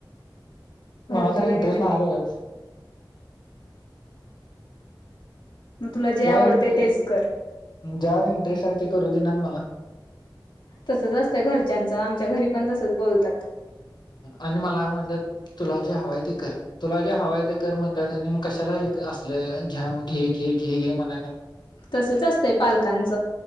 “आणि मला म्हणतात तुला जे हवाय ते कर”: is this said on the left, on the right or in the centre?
Left